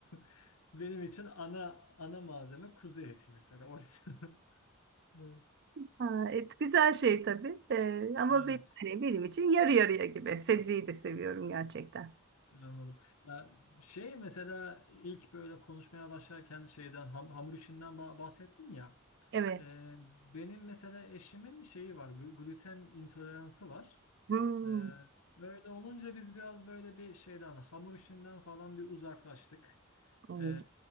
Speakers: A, on the left; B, on the right.
A: <laughs> Benim için ana ana malzeme kuzu eti mesela oysa. <laughs> Evet.
B: Ha, et güzel şey tabii. Ee, ama
A: Aynen.
B: benim, hani benim için yarı yarıya gibi. Sebzeyi de seviyorum gerçekten.
A: Anladım. Ya şey mesela ilk böyle konuşmaya başlarken şeyden ham- hamur işinden ba- bahsettin ya.
B: Evet.
A: Ee, benim mesela eşimin şeyi var, gl- gluten intoleransı var.
B: Hmm.
A: Ee, böyle olunca biz biraz böyle bir şeyden hamur işinden falan bir uzaklaştık.
B: Evet.
A: Ee,